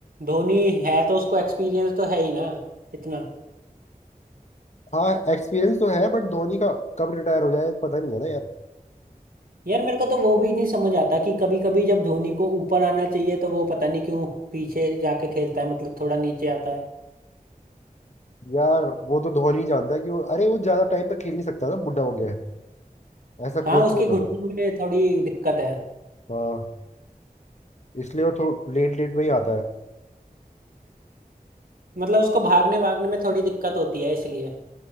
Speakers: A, on the right; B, on the left.
A: धोनी है तो उसको एक्सपीरियंस तो है ही ना इतना
B: हाँ एक्सपीरियंस तो है बट धोनी का कब रिटायर हो जाए पता नहीं है ना यार
A: यार मेरे को तो वो भी नहीं समझ आता कि कभी कभी जब धोनी को ऊपर आना चाहिए तो वो पता नहीं क्यों पीछे जाके खेलता है मतलब थोड़ा नीचे आता है
B: यार वो तो धोनी ही जानता है कि वो अरे वो ज्यादा टाइम तक खेल नहीं सकता ना बुढ़ा हो गया है ऐसा
A: हाँ
B: कोच
A: उसके
B: बोल
A: घुटने
B: रहा था
A: में थोड़ी दिक्कत है
B: हाँ इसलिए वो थोड़ा लेट लेट में ही आता है
A: मतलब उसको भागने भागने में थोड़ी दिक्कत होती है इसलिए